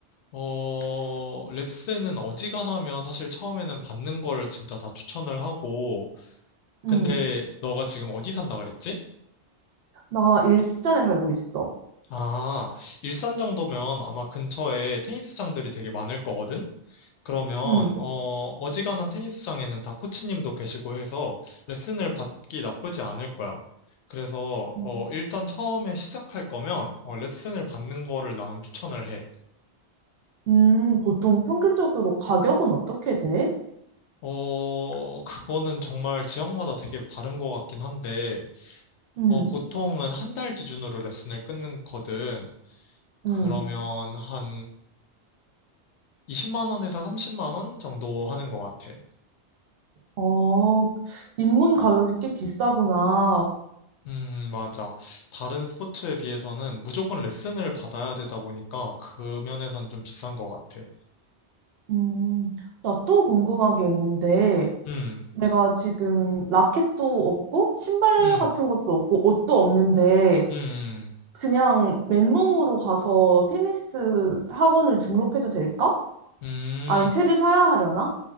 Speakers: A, on the left; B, on the right.
A: 어, 레슨은 어지간하면 사실 처음에는 받는 거를 진짜 다 추천을 하고,
B: 응.
A: 근데 너가 지금 어디 산다 그랬지?
B: 나 일산에 살고 있어.
A: 아, 일산 정도면 아마 근처에 테니스장들이 되게 많을 거거든? 그러면
B: 응.
A: 어 어지간한 테니스장에는 다 코치님도 계시고 해서 레슨을 받기 나쁘지 않을 거야. 그래서
B: 음.
A: 어 일단 처음에 시작할 거면 어, 레슨을 받는 거를 나는 추천을 해.
B: 음, 보통 평균적으로 가격은 어떻게 돼?
A: 어 그거는 정말 지역마다 되게 다른 것 같긴 한데
B: 응
A: 어 보통은 한 달 기준으로 레슨을 끊거든. 그러면
B: 응
A: 한 20만 원에서 30만 원 정도 하는 것 같아.
B: 어, 입문 가격이 꽤 비싸구나.
A: 음, 맞아. 다른 스포츠에 비해서는 무조건 레슨을 받아야 되다 보니까 그 면에선 좀 비싼 것 같아.
B: 음, 나 또 궁금한 게 있는데,
A: 음,
B: 내가 지금 라켓도 없고 신발
A: 음,
B: 같은 것도 없고 옷도 없는데
A: 음,
B: 그냥 맨몸으로 가서 테니스 학원을 등록해도 될까?
A: 음.
B: 아니면
A: 음.
B: 채를 사야 하려나?